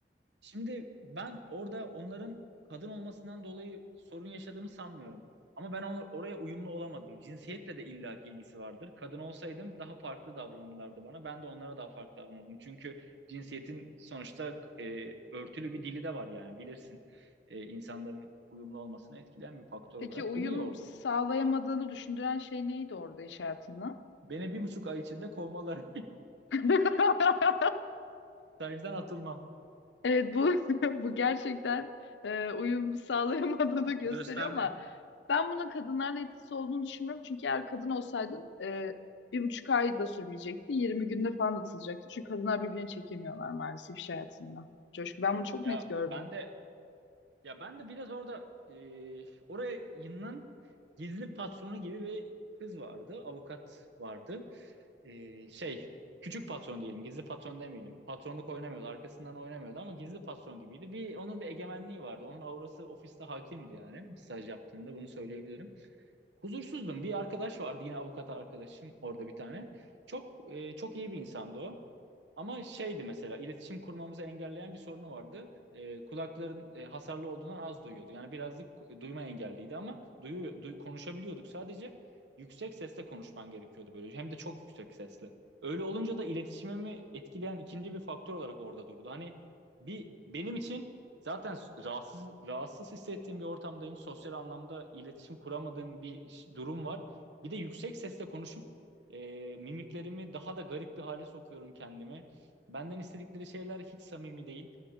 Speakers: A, on the right; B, on the left.
A: Şimdi ben orada onların kadın olmasından dolayı sorun yaşadığımı sanmıyorum. Ama ben onu, oraya uyumlu olamadım. Cinsiyetle de illaki ilgisi vardır. Kadın olsaydım daha farklı davranırlardı bana. Ben de onlara daha farklı davranırdım. Çünkü cinsiyetin sonuçta e, örtülü bir dili de var yani bilirsin. E, insanların uyumlu olmasını etkileyen bir faktör
B: Peki
A: olarak
B: uyum
A: duruyor orada.
B: sağlayamadığını düşündüren şey neydi orada iş hayatında?
A: Beni bir buçuk ay içinde kovmaları.
B: <laughs>
A: <laughs> Stajdan atılmam.
B: Evet bu <laughs> bu gerçekten e, uyum sağlayamadığını gösteriyor
A: Gösterdi.
B: ama ben bunun kadınlarla etkisi olduğunu düşünmüyorum. Çünkü eğer kadın olsaydın e, bir buçuk ay da sürmeyecekti. yirmi günde falan atılacaktı. Çünkü kadınlar birbirine çekemiyorlar maalesef iş hayatında. Coşku ben bunu çok
A: Ya
B: net gördüm.
A: ben de Ya ben de biraz orada e, orayının gizli patronu gibi bir kız vardı. Avukat vardı. E, şey küçük patron diyelim. Gizli patron demeyelim. Patronluk oynamıyordu. Arkasından oynamıyordu ama gizli patron gibiydi. Bir, onun bir egemenliği vardı. Onun aurası ofiste hakimdi yani. Staj yaptığında bunu söyleyebilirim. Huzursuzdum. Bir arkadaş vardı yine avukat arkadaşım orada bir tane. Çok e, çok iyi bir insandı o. Ama şeydi mesela iletişim kurmamızı engelleyen bir sorunu vardı. Ee, kulakların e, hasarlı olduğundan az duyuyordu. Yani birazcık ku- duyma engelliydi ama duyu, duy- konuşabiliyorduk sadece. Yüksek sesle konuşman gerekiyordu böyle. Hem de çok yüksek sesle. Öyle olunca da iletişimimi etkileyen ikinci bir faktör olarak orada durdu. Hani bir benim için zaten s- rahatsız rahatsız hissettiğim bir ortamdayım. Sosyal anlamda iletişim kuramadığım bir ş- durum var. Bir de yüksek sesle konuşup e, mimiklerimi daha da garip bir hale sokuyorum kendimi. Benden istedikleri şeyler hiç samimi değil.